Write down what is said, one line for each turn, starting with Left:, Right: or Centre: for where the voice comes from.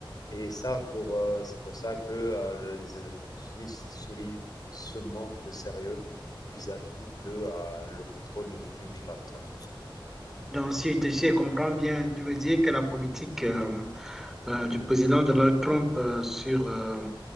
Left: Et ça, pour, euh, c'est pour ça que euh, le- les États-Unis soulignent ce manque de sérieux vis-à-vis de euh, le contrôle du flux migratoire.
Centre: Donc, si je si je comprends bien, tu veux dire que la politique euh, euh, du président Donald Trump euh, sur euh,